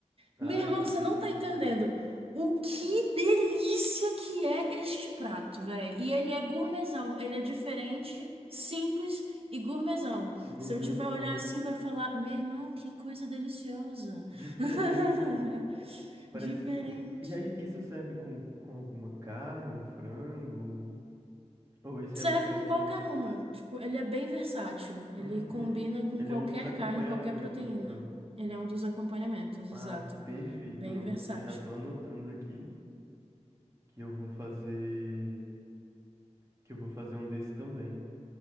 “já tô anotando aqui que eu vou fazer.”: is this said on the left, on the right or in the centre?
Right